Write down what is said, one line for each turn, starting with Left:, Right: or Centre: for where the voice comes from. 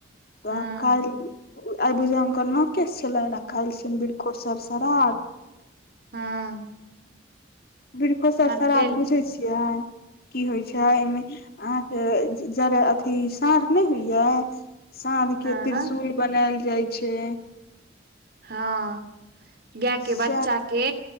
Left: तऽ
Right: हँ
Left: काल्हि आबुझा हुनकर न केश छलनि आ काल्हि छनि बरखो सर स्राद
Right: हँ
Left: वृखो स
Right: तहन
Left: श्राद्ध
Right: फेर
Left: बुझै छियै की होइ छै एहिमे अहाँके जाड़ अथी साँढ़ नहि होइया साँझ
Right: हँ
Left: के त्रिशुल बनायल जाइ छै
Right: हँ गाय के
Left: से
Right: बच्चा के